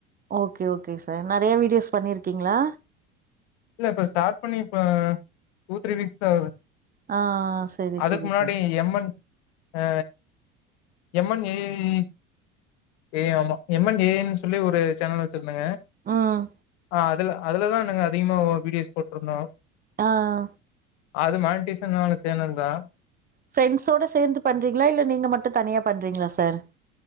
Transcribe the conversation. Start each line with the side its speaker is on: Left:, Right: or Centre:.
Right: ஓகே ஓகே சார் நெறைய வீடியோஸ் பண்ணிருக்கீங்ளா
Left: இல்ல இப்ப ஸ்டார்ட் பண்ணி இப்ப டூ த்ரீ வீக்ஸ் தா ஆகுது
Right: ஆ செரி
Left: அதுக்கு
Right: செரி
Left: முன்னாடி
Right: சார்
Left: எம் என் ஆ எம் என் ஏ ஏ ஈ ஏ ஆமா எம் என் ஏ ன் சொல்லி ஒரு சேனல் வச் இருந்தங்க
Right: ம்
Left: ஆ அதுல அதுலதான் அதிகமா ஓ வீடியோஸ் போட்ருந்தோ
Right: ஆ ஆ
Left: அது மேனன்டீஸ்ஸூ இல்லாத சேனல்க்கா
Right: ஃபிரேண்ட்ஸ்ஸோட சேந்து பண்றீங்ளா இல்ல நீங்க மட்டூ தனியா பண்றீங்ளா சார்